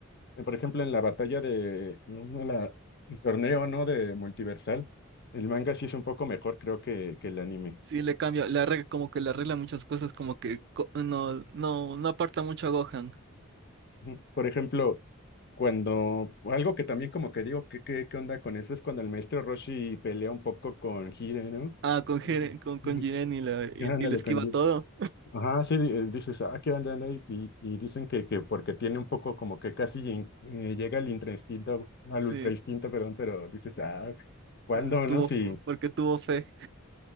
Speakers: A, on the left; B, on the right.
A: eh, por ejemplo, en la batalla de, no, no, la, el torneo, ¿no? De Multiversal, el manga sí es un poco mejor, creo, que, que el anime.
B: Sí, le cambia, le arregla, como que le arregla muchas cosas, como que co- no, no, no aparta mucho a Gohan.
A: Ujú. Por ejemplo, cuando, algo que también como que digo, ¿qué, qué, qué onda con eso? Es cuando el maestro Roshi pelea un poco con Hire, ¿no?
B: Ah, con Jiren,
A: Ujú.
B: con, con
A: Ujú.
B: Jiren y, la, y,
A: Ándale,
B: y le esquiva
A: con Hire.
B: todo.
A: Ajá, sí, eh, dices, ah, ¿qué onda? no?" Y, y, y dicen que, que porque tiene un poco como que casi in- eh, llega al intra instinto, al
B: Sí,
A: ultra instinto, perdón, pero dices, ah, ¿Cuándo,
B: estuvo,
A: no? Sí,
B: f- porque tuvo fe.